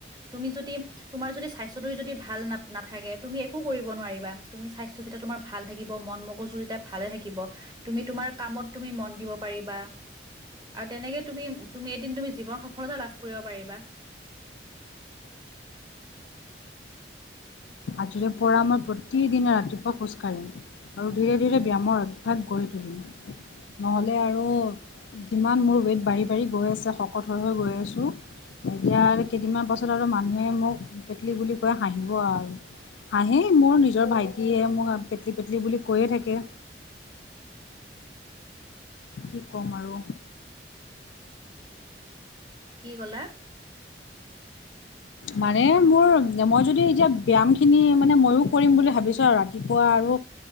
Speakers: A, on the right (about 20°); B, on the left (about 80°).
A: তুমি যদি তোমাৰ যদি স্বাস্থ্যটো যদি ভাল না নাথাকে তুমি একো কৰিব নোৱাৰিবা তুমি স্বাস্থ্য। যেতিয়া তুমাৰ ভাল থাকিব মন মগজু যেতিয়া ভালে থাকিব তুমি তোমাৰ কামত তুমি মন দিব পাৰিবা। আৰু তেনেকে তুমি তুমি এদিন তুমি জীৱন সফলতা লাভ কৰিব পাৰিবা। <inaudible>
B: আজিৰে পৰা মই প্ৰতিদিনে ৰাতিপুৱা খোজ কাঢ়িম। আৰু ধীৰে ধীৰে ব্যায়ামৰ অভ্যাস গঢ়ি তুলিম। নহ'লে আৰু যিমান মোৰ ৱেইট বাঢ়ি বাঢ়ি গৈ আছে শকত হৈ হৈ গৈ আছোঁ। এতিয়া কেইদিনমান পাছত আৰু মানুহে মোক পেটলি বুলি কয় হাঁহিব আৰু। হাঁ হি মোৰ নিজৰ ভাইটিয়ে মোক পেটলি পেটলি বুলি কৈয়ে থাকে।
A: <unintelligible>
B: কি কম আৰু।
A: কি কলা?
B: মানে মোৰ মই যদি এতিয়া ব্যায়াম খিনি মানে ময়ও কৰিম বুলি ভাবিছো আৰু ৰাতিপুৱা, আৰু